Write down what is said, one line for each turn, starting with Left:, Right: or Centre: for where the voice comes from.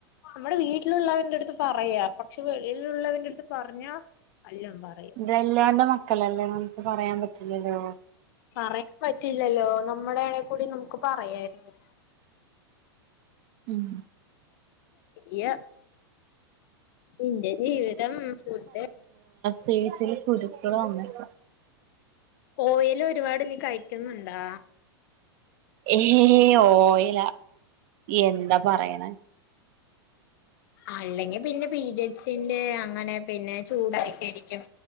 Left: നമ്മുടെ വീട്ടിലുള്ളവന്റെ അടുത്ത് പറയാ പക്ഷെ വെളയിലുള്ളവന്റെ അടുത്ത് പറഞ്ഞാ എല്ലാം പറയും
Right: ഇതെല്ലാണ്ട് മക്ക മക്കളല്ലേ നമുക്ക് പറയാൻ പറ്റില്ലല്ലോ
Left: പറയാൻ പറ്റില്ലല്ലോ നമ്മുടെ ആണെ കൂടി നമുക്ക് പറയാരുന്നു
Right: ഉം
Left: യ്യ ഇന്റെ ജീവിതം ഫുഡ്
Right: ഫെസില് കുരുക്കള് വന്നക്ക
Left: ഓയിലോരുപാട്നി കഴിക്കുന്നുണ്ടാ
Right: എ ഏ ഏഹ് ഓല്ല എന്താ പറയണ
Left: അല്ലെങ്കിൽ പിന്നെ പീരിയഡ്സിന്റെ അങ്ങനെ പിന്നെ ചൂടായിട്ടരിക്കും